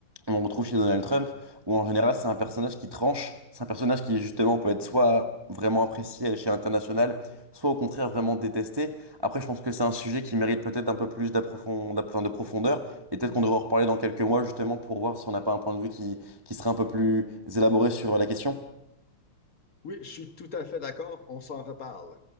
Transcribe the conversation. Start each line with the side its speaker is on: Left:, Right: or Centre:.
Right: on retrouve chez Donald Trump, où en général c'est un personnage qui tranche, c'est un personnage qui justement peut être soit vraiment apprécié à l'échelle internationale, soit au contraire vraiment détesté. Après, je pense que c'est un sujet qui mérite peut-être un peu plus d'approfond- d'app- enfin, de profondeur, et peut-être qu'on devrait en reparler dans quelques mois justement pour voir si on n'a pas un point de vue qui, qui serait un peu plus élaboré sur la question.
Left: Oui, je suis tout à fait d'accord. On s'en reparle.